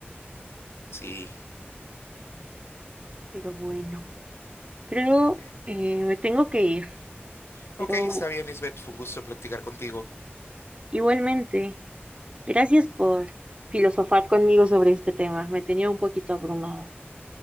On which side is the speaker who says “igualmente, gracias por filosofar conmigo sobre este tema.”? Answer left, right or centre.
Right